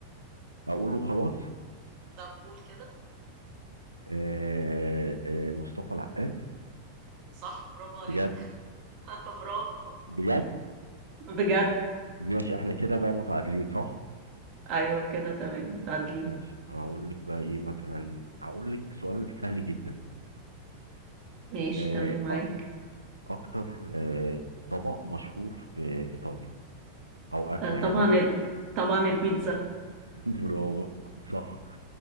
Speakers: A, on the right; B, on the right.
A: اقوله خلاص
B: طب قول كده
A: آه، آه، مصطفى العقاد
B: صح برافو عليك
A: بجد
B: <laughs> برافو
A: بجد
B: بجد
A: ماشي احنا كده بقى متعادلين صح
B: أيوة كده تمام تعدلي
A: ماشي هقول لك بقى ايه مثلا هقول لك سؤال سهل جدا
B: ماشي
A: آه،
B: تمام معاك
A: أ- اكتر آه، طبق مشهور في ايطاليا او اكله
B: آه طبعا
A: يعني
B: ال... طبعا البيتزا
A: <laughs> برافو صح